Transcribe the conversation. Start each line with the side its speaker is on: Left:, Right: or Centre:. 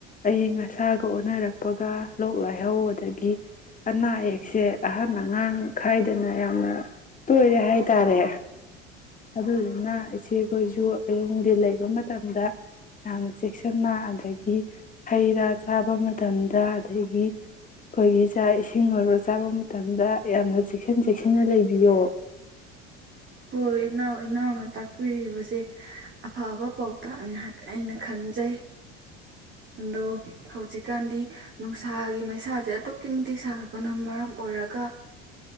Left: ꯑꯏꯪ ꯑꯁꯥꯒ ꯑꯣꯟꯅꯔꯛꯄꯒ ꯂꯣꯛ ꯂꯥꯏꯍꯧ ꯑꯗꯒꯤ ꯑꯅꯥ ꯑꯌꯦꯛꯁꯦ ꯑꯍꯟ ꯑꯉꯥꯡ ꯈꯥꯏꯗꯅ ꯌꯥꯝꯅ ꯇꯣꯏꯔꯦ ꯍꯥꯏꯇꯥꯔꯦ ꯑꯗꯨꯗꯨꯅ ꯏꯆꯦꯈꯣꯏꯁꯨ ꯑꯌꯨꯗꯤ ꯂꯩꯕ ꯃꯇꯝꯗ ꯌꯥꯝꯅ ꯆꯦꯛꯁꯤꯟꯅ ꯑꯗꯒꯤ ꯍꯩꯔꯥ ꯆꯥꯕ ꯃꯇꯝꯗ ꯑꯗꯒꯤ ꯑꯩꯈꯣꯏꯒꯤ ꯏꯁꯤꯡ ꯑꯣꯏꯔꯣ ꯆꯥꯕ ꯃꯇꯝꯗ ꯌꯥꯝꯅ ꯆꯦꯛꯁꯤꯟ ꯆꯦꯛꯁꯤꯟꯅ ꯂꯩꯕꯤꯌꯣ
Right: ꯍꯣꯏ ꯏꯅꯥꯎ ꯏꯅꯥꯎꯅ ꯇꯥꯛꯄꯤꯔꯤꯕꯁꯦ ꯑꯐꯕ ꯄꯥꯎꯇꯥꯛꯅꯤ ꯑꯩꯅ ꯈꯟꯖꯩ ꯑꯗꯣ ꯍꯧꯖꯤꯛꯀꯥꯟꯗꯤ ꯅꯨꯡꯁꯥꯒꯤ ꯃꯩꯁꯥꯁꯦ ꯑꯗꯨꯛꯀꯤ ꯃꯇꯤꯛ ꯁꯥꯒꯠꯄꯅ ꯃꯔꯝ ꯑꯣꯏꯔꯒ